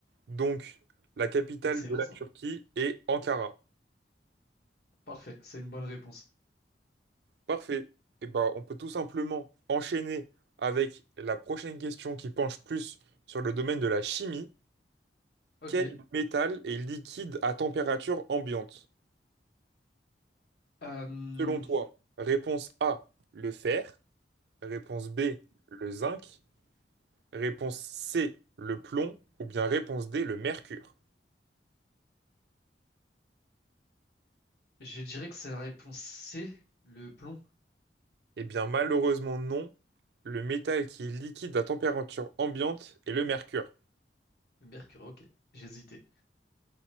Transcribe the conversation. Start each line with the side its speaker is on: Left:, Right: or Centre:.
Right: Donc, la capitale
Left: Excellent
Right: de la
Left: ça.
Right: Turquie est Ankara.
Left: Parfait, c'est une bonne réponse.
Right: Parfait. Et ben, on peut tout simplement enchaîner avec la prochaine question qui penche plus sur le domaine de la chimie.
Left: Ok.
Right: Quel métal est liquide à température ambiante?
Left: Euh,
Right: Selon toi, réponse A, le fer, réponse B, le zinc, réponse C, le plomb ou bien réponse D, le mercure.
Left: je dirais que c'est la réponse C, le plomb,
Right: Eh bien, malheureusement non. Le métal qui est liquide à température ambiante est le mercure.
Left: le mercure. Ok, j'hésitais.